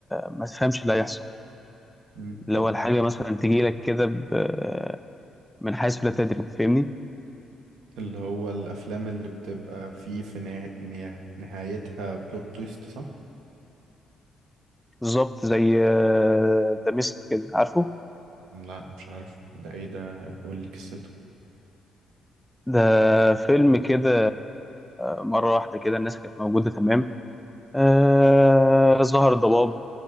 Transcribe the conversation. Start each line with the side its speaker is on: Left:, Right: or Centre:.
Centre: ما تفهمش اللي هيحصل
Right: مم.
Centre: اللي
Right: طب
Centre: هو الحاجه مثلا تجي لك كده ب- من حيث لا تدري فاهمني
Right: اللي هو الافلام اللي بتبقى فيه في نه... نه... نهايتها بلوت تويست صح
Centre: بالظبط زي ذا ميست كده عارفه
Right: لا مش عارفه ده ايه ده قولي قصته
Centre: ده فيلم كده آه، مره واحده كده الناس كانت موجوده تمام آه، ظهر ضباب